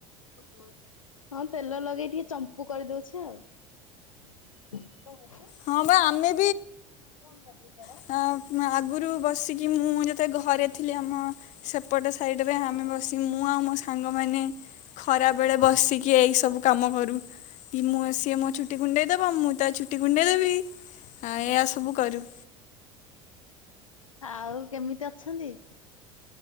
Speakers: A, on the left; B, on the left.
A: <inaudible> ହଁ ତେଲ ଲଗେଇ ଟିକେ ଚମ୍ପୁ କରିଦଉଛି ଆଉ। <inaudible>
B: ହଁ ବା ଆମେ
A: କଣ କରୁଚନ୍ତି ଆ
B: <inaudible> ମୁ ଆଗରୁ ବସିକି ମୁଁ ଯେତେ ଘରେ ଥିଲି ଆମ ସେପଟ ସାଇଟ୍ ରେ ପାଇଁ ଆମେ ବ ସି ମୁଁ ଆଉ ମୋ ସାଙ୍ଗମାନେ ଖରାବେଳେ ବସିକି ଏଇସବୁ କାମ କରୁ କି ମୁଁ ସିଏ ମୋ ଛୁଟି କୁଣ୍ଡେଇଦବ ମୁଁ ତା ଚୁଟି କୁଣ୍ଡେଇ ଦେବି ଆ ଏୟଆ ସବୁ କରୁ।
A: ଆଉ କେମିତି ଅଛନ୍ତି?